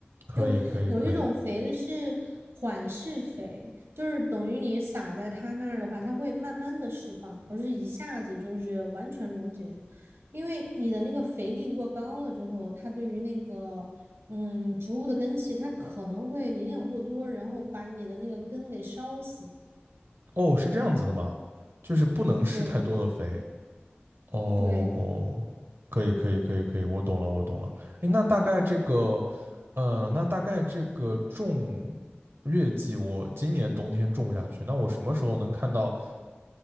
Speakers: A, on the right; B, on the right.
A: 可以可以可以。
B: 就有一嗯种对肥是缓释肥，就是等于你撒在它那儿的话，它会慢慢的释放，不是一下子就是完全溶解，因为你的那个肥力过高了之后，它对于那个。嗯，植物的根系它可能会营养过多，然后把你的那个根给烧死。
A: 哦，是这样子的吗？就是不能施太多的肥。
B: 对
A: 哦，
B: 对，
A: 可以可以可以可以，我懂了我懂了。哎，那大概这个，呃，那大概这个种月季，我今年冬天种下去，那我什么时候能看到